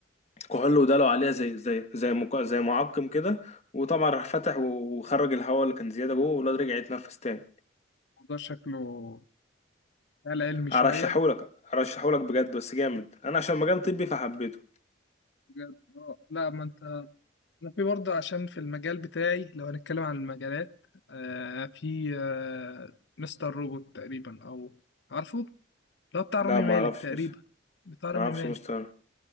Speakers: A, on the left; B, on the left.
A: كحول وداله عليها زي زي زي مك- زي معقم كده وطبعا راح فتح وخرج الهواء اللي كان زياده جوه والواد رجع يتنفس تاني
B: الموضوع شكله خيال علمي شوية
A: ارشحهولك ارشحهولك بجد بس جامد انا عشان مجال طبي فحبيته
B: بجد اه لا ما انت أنا في برضه عشان في المجال بتاعي لو هنتكلم عن المجالات آه في آه مستر روبوت تقريبا أو عارفه؟ ده بتاع
A: لا
B: رامي
A: ما
B: مالك
A: اعرفش
B: تقريبا
A: بس
B: بتاع رامي
A: ما اعرفش
B: مالك
A: مستر